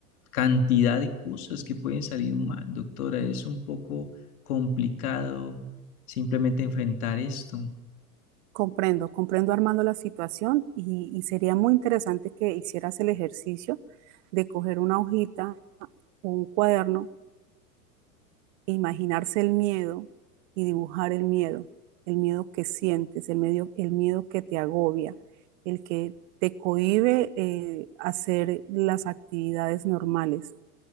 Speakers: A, on the left; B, on the right.
A: cantidad de cosas que pueden salir mal, doctora. Es un poco complicado simplemente enfrentar esto.
B: Comprendo, comprendo Armando la situación y, y sería muy interesante que hicieras el ejercicio de coger una hojita o un cuaderno, e imaginarse el miedo y dibujar el miedo, el miedo que sientes, el medio- el miedo que te agobia, el que te cohíbe eh, hacer las actividades normales.